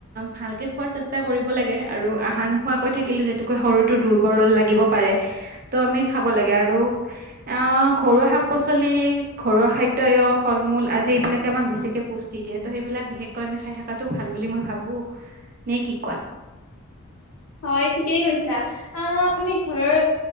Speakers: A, on the right; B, on the left.
A: ভালকে খোৱাৰ চেষ্টা কৰিব লাগে, আৰু আহাৰ নোখোৱাকৈ থাকিলে যেতুকে সৰুতটো দুৰ্বল লাগিব পাৰে, ত আমি খাব লাগে আৰু আহ ঘৰুৱা শাক শাক-পাচলি, ঘৰুৱা খাদ্যয় ফল-মূল, আদি এইবিলাকে আমাক বেছিকে পুষ্টি দিয়ে ত' সেইবিলাক বিশেষকৈ আমি খাই থকাতটো ভাল বুলি মই ভাবো নে কি কোৱা?
B: হয়, ঠিকেই কৈছা অ', আমি ঘৰৰ